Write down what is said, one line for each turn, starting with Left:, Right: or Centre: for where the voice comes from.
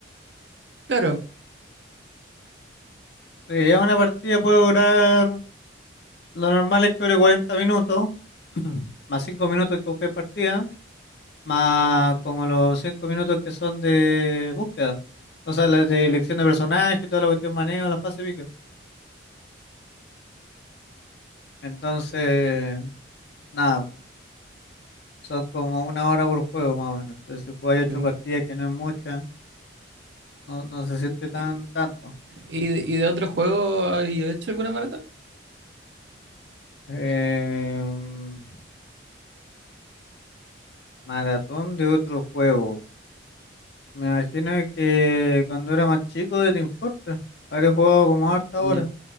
Right: Claro.
Left: Porque ya una partida puede durar, lo normal es que dure 40 minutos, <clears throat> más cinco minutos que buscáis partida, más como los cinco minutos que son de búsqueda. O sea, las de elección de personaje y toda la cuestión manejo, la fase pico. Entonces, nada. Son como una hora por juego más o menos. Entonces, si jugáis ocho
Right: em,
Left: partidas, que no es mucha, no, no se siente tan
Right: Y,
Left: tanto.
Right: y de y de otro juego, ¿y he hecho alguna maratón?
Left: Em, maratón de otro juego. Me imagino que cuando era más chico de Team Fortress, habré jugado como harta
Right: Ya.
Left: hora,